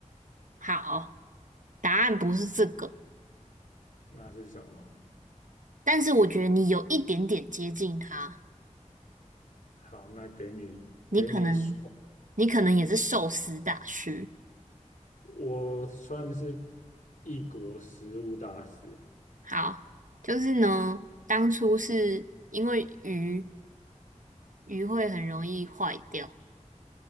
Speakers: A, on the right (about 80°); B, on the left (about 85°).
A: 好，答案不是这个，
B: 那是什么？
A: 但是我觉得你有一点点接近它。
B: 好，那给你给你说，
A: 你可能，你可能也是寿司大师。
B: 我算是异国食物大师。
A: 好，就是呢，当初是因为鱼鱼会很容易坏掉，